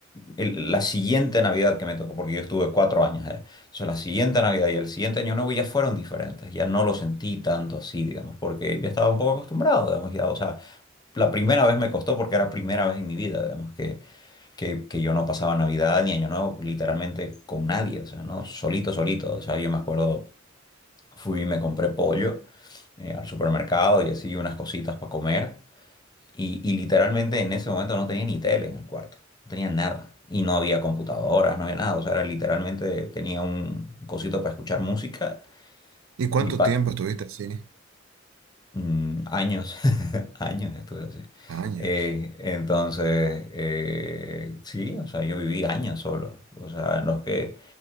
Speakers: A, on the left; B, on the right.
A: en el- la siguiente Navidad que me tocó, porque yo estuve cuatro años allá. Entonces, la siguiente Navidad y el siguiente Año Nuevo ya fueron diferentes, ya no lo sentí tanto así, digamos, porque ya estaba un poco acostumbrado, digamos, ya, o sea, la primera vez me costó porque era primera vez en mi vida, digamos, que, que, que yo no pasaba Navidad ni Año Nuevo literalmente con nadie, o sea, ¿no? Solito, solito, o sea, yo me acuerdo, fui y me compré pollo eh, al supermercado y así unas cositas para comer. Y, y literalmente en ese momento no tenía ni tele en el cuarto, no tenía nada. Y no había computadoras, no había nada. O sea, era literalmente tenía un cosito para escuchar música
B: ¿Y cuánto
A: y pa
B: tiempo estuviste así?
A: mm, años, <laughs> años estuve así.
B: Años.
A: Eh, entonces, eh, sí, o sea, yo viví años solo. O sea, en los que